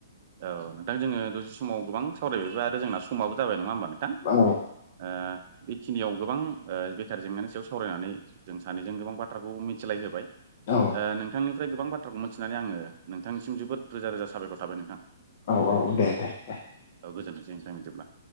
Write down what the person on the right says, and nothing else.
औ नोंथां, जोङो दसे समाव गोबां सावरायबायबो आरो जोंना समाबो जाबाय नङा होमबा? नोथां।
बेखिनियाव गोबां ओ बेखार जेंनानि सायाव सावरायनानै जों सानैजों गोबां बाथ्राखौ मिथिलाय होबाय।
ओ नोंथांनिफ्राय गोबां बाथ्राखौ मिथिनानै, आङो नोंथांनिसिम जोबोद रोजा -रोजा साबायखर थाबाय नोंथां।
औ गोजोनथोंसै नोंथां बिदिब्ला।